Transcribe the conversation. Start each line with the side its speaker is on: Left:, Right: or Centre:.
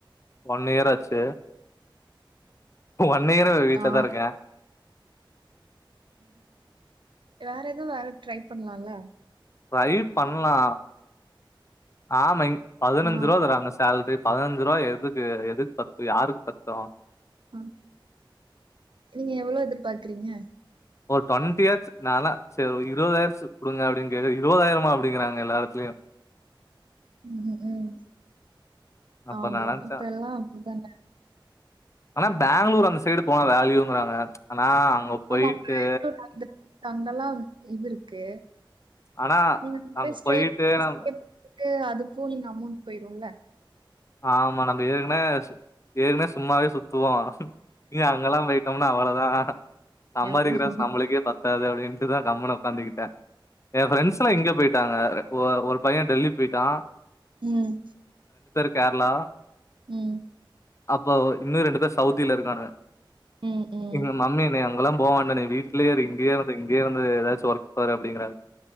Left: ஒன் இயர் ஆச்சி ஒன் இயரு வீட்லதா
Right: ஆ.
Left: இருக்கே
Right: வேற எதுவு வேல ட்ரை பண்லாம்ல
Left: ட்ரை பண்லா ஆமா இங் பதினஞ்சிரூவா
Right: ஆ,
Left: தராங்க சேல்ரி பதினஞ்சிரூவா எதுக்கு எதுக்கு பத்தும் யாருக்கு பத்தும்
Right: ஆ நீங்க எவ்ளோ எதிற்பாக்குறிங்க
Left: ஒரு ட்வெண்ட்டியாச்சி நாலா சேரி ஒரு இருவதாயிர்சி குடுங்க அப்டின்னு கேக்க இருவதாயிரமா அப்டிங்கிறாங்க எல்லா எடத்துலயு
Right: ம் ம்
Left: அப்ப
Right: ஆமா
Left: நான் நெனச்சேன்
Right: இப்ப எல்லா அப்டிதாங்க
Left: ஆனா பெங்களூர் அந்த சைடு போனா வேல்யூங்றாங்க நா அங்க போயிட்டு
Right: ஆமா. பேங்களூர் அங்கலாம் இது இருக்கு
Left: ஆனா
Right: நீங்க இங்கந்து
Left: அங்க
Right: ஸ்டேட்
Left: போயிட்டு
Right: விட்டு
Left: நம்
Right: ஸ்டேட் போயிட்டு அதுக்கு நீங்க அமௌண்ட் போயிடும்ல
Left: ஆமா நம்ப ஏற்கனே ஏற்கனே சும்மாவே சுத் சுத்துவோ இங்க அங்கெல்லா போயிட்டோம்னா அவ்வளோதா சம்பாதிக்கிற
Right: ஞாபகம்.
Left: காஸ் நம்மளுக்கே பத் பத்தாது அப்டின்ட்டுதா கம்முனு ஒக்காந்துகிட்டே ஏயா ஃப்ரெண்ட்ஸ்லா இங்க போயிட்டாங்க ஒ ஒரு பையே டெல்லி போயிட்டா
Right: ம்
Left: கேரளா
Right: ம்
Left: அப்ப ஒ இன்னு ரெண்டு பேர் சவுதில இருக்கானுங்க
Right: ம். ம். ம்.
Left: எங்க மம்மி என்னைய அங் அங்கலாம் போ வேண்டா நீ வீட்லயே இரு இங்கயே இருந்து இங்கயே இருந்து எதாச்சு ஒர்க் பாரு அப்டிங்கிறாங்க